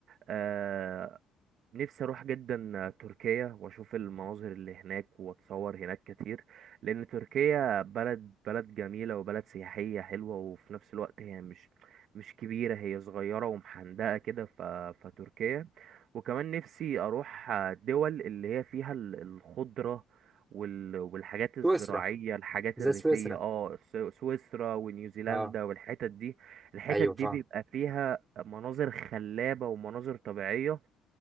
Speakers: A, on the right; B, on the right.
A: آه، نفسي اروح جدا تركيا واشوف المناظر اللي هناك واتصور هناك كتير لان تركيا بلد بلد جميلة وبلد سياحية حلوة وفي نفس الوقت هي مش مش كبيرة هي صغيرة ومحندقة كده ف... فتركيا وكمان نفسي اروح دول اللي هي فيها ال- الخضرة وال... والحاجات الزراعية
B: سويسرا
A: الحاجات
B: زي
A: الريفية
B: سويسرا
A: اه سو- سويسرا ونيوزيلندا
B: اه
A: والحتت دي الحتت
B: ايوه
A: دي
B: فاهم
A: بيبقى فيها مناظر خلابة ومناظر طبيعية